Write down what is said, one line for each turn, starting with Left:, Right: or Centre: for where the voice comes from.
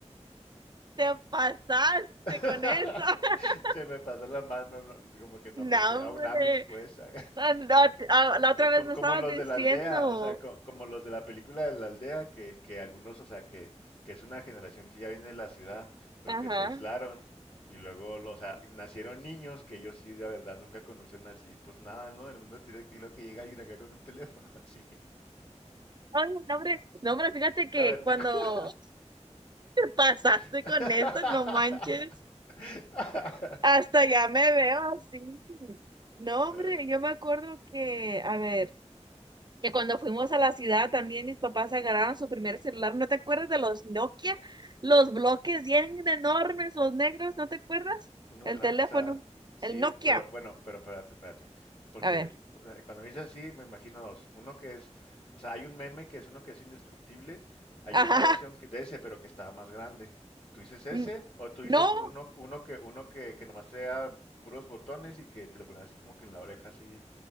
Right: Te pasaste
Left: <laughs>
Right: con eso. <laughs>
Left: Se me pasó la mano, no- como que no
Right: No,
Left: pensé, a
Right: hombre.
Left: un Amish pues, <laughs> a-
Right: Ah, La, ah, la otra
Left: a- como,
Right: vez me
Left: como
Right: estabas
Left: los
Right: diciendo.
Left: de la aldea, o sea, co- como los de la película de la aldea, que, que algunos, o sea, que, que es una generación que ya viene de la ciudad, pero
Right: Ajá.
Left: que se aislaron y luego, lo- o sea, nacieron niños que ellos sí de verdad nunca conocieron así, pues nada, ¿no? Del mundo exterior que lo que llega alguien acá con un teléfono <laughs> así,
Right: Ay, no, hombre. No, hombre, fíjate que
Left: cavernícola.
Right: cuando <laughs> te pasaste
Left: <laughs>
Right: con eso, no manches. Hasta ya me veo así. No,
Left: Ay,
Right: hombre, yo me acuerdo que, a ver, que cuando fuimos a la ciudad también mis papás agarraron su primer celular. ¿No te acuerdas de los Nokia? Los bloques bien enormes, los negros, ¿no te acuerdas?
Left: Unos
Right: El
Left: grandes,
Right: teléfono,
Left: o sea, sí,
Right: el Nokia.
Left: pero bueno, pero espérate, espérate. Porque
Right: A ver.
Left: o sea, cuando me dices así, me imagino dos. Uno que es, o sea, hay un meme que es uno que es indestructible, hay
Right: Ajá.
Left: una versión que, de ese, pero que está más grande. ¿Tú dices ese?
Right: N-
Left: ¿O tú dices
Right: No,
Left: uno, uno que, uno que, que nomás sea puros botones y que te lo ponen así como que en la oreja, así,